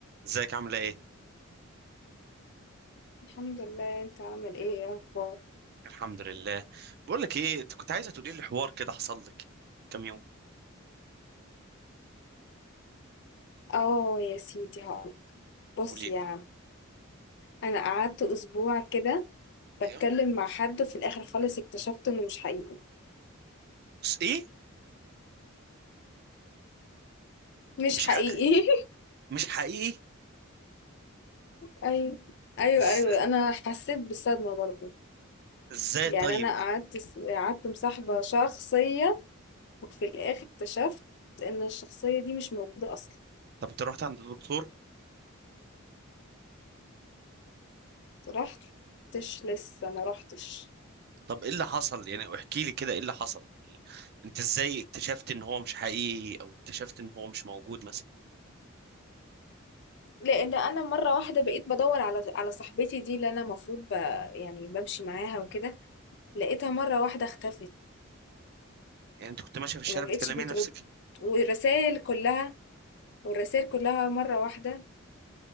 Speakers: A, on the right; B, on the left.
A: ازيك عامله ايه
B: الحمد لله انت عامل ايه يا اخبار
A: الحمد لله بقول لك ايه انت كنت عايزه تقولي لي حوار كده حصل لك كام يوم
B: اه يا سيدي هقول بص
A: قولي
B: يا
A: لي
B: عم انا قعدت اسبوع كده بتكلم
A: ايوه
B: مع حد وفي الاخر خالص اكتشفت انه مش حقيقي
A: بس ايه
B: مش
A: مش
B: حقيقي
A: حق... مش حقيقي
B: <laughs> ايوه ايوه
A: ازاي
B: ايوه انا حسيت بالصدمه برضو
A: ازاي
B: يعني
A: طيب
B: انا قعدت س- قعدت مصاحبه شخصيه وفي الاخر اكتشفت ان الشخصيه دي مش موجوده اصلا
A: طب انت رحت عند الدكتور
B: رحتش لسه ما رحتش
A: طب ايه اللي حصل يعني احكي لي كده ايه اللي حصل يعني انت ازاي اكتشفت ان هو مش حقيقي او اكتشفت ان هو مش موجود مثلا
B: لان انا مره واحده بقيت بدور على على صاحبتي دي اللي انا المفروض ب... يعني بمشي معاها وكده لقيتها مره واحده اختفت
A: يعني انت كنت ماشيه في الشارع
B: وما بقتش
A: بتكلمي
B: بترد
A: نفسك
B: والرسائل كلها والرسائل كلها مره واحده